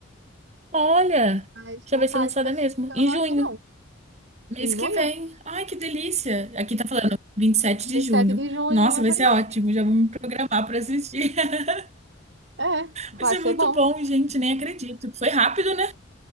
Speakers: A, on the right (about 35°); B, on the right (about 65°).
A: Olha,
B: Mas
A: já
B: não
A: vai
B: está
A: ser lançada
B: especificando
A: mesmo, em junho.
B: aqui, não.
A: Mês
B: Em junho,
A: que vem. Ai, que delícia. Aqui tá falando vinte e sete de
B: 27
A: junho.
B: de junho,
A: Nossa,
B: é
A: vai
B: verdade.
A: ser ótimo. Já vou me programar pra assistir. <laughs>
B: É, vai
A: Vai ser
B: ser
A: muito
B: bom.
A: bom, gente. Nem acredito. Foi rápido, né?